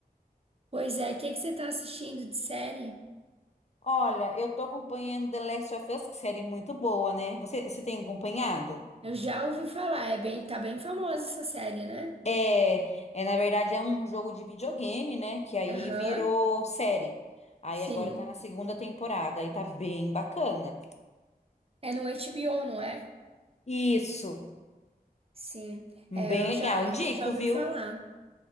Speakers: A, on the right; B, on the left.
A: Pois é, o que que você tá assistindo de série?
B: Olha, eu tô acompanhando The Last of Us, que série muito boa, né? Você, você tem acompanhado?
A: Eu já ouvi falar, é bem, tá bem famosa essa série, né?
B: É, é, na verdade é um jogo de videogame, né? Que aí
A: Aham,
B: virou série. Aí
A: sim.
B: agora tá na segunda temporada, aí tá bem bacana.
A: É no HBO, não é?
B: Isso,
A: Sim.
B: bem
A: É, eu
B: legal.
A: já,
B: Indico,
A: eu já ouvi
B: viu?
A: falar.